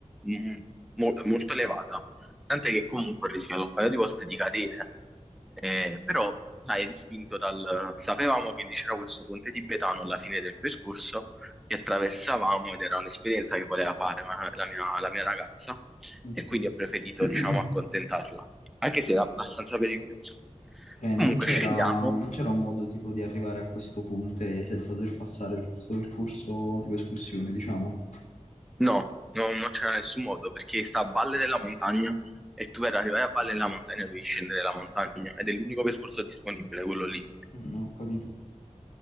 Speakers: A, in the centre; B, on the left (about 70°).
A: mm, mo- molto elevata, tant'è che comunque ho rischiato un paio di volte di cadere, eh, però sai, è dispinto dal... Sapevamo che c'era questo ponte tibetano alla fine del percorso che attraversavamo ed era un'esperienza che voleva fare ma- la mia, la mia ragazza
B: ok.
A: e quindi ho preferito,
B: <clears throat>
A: diciamo, accontentarla, anche se era abbastanza pericoloso.
B: Cioè,
A: Comunque
B: non c'era
A: scendiamo
B: non c'era un modo tipo di arrivare a questo punto e senza dover passare per questo percorso tipo escursione, diciamo.
A: No, no, non c'era nessun modo perché sta a valle della montagna e tu per arrivare a valle della montagna devi scendere la montagna ed è l'unico percorso disponibile, quello lì.
B: Mm, ho capito.